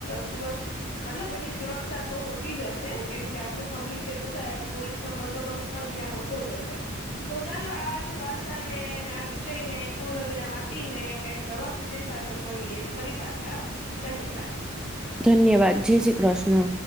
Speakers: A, on the left; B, in the centre.
A: સુબસ, મતલબ એટલી સુરક્ષા તો હોતી જ હશે. કેમ કે આટલું પબ્લિક ભેગું થાય એટલે પોલીસ નો બંદોબસ્ત પણ ત્યાં હોતો જ હશે. તો ચાલો આજ વાર્તા ને આ વિષયને અહી પૂર્ણ ને કઈક. નવા વિષય સાથે મળીએ ફરી પાછા ધન્યવાદ.
B: ધન્યવાદ જય શ્રી કૃષ્ણ.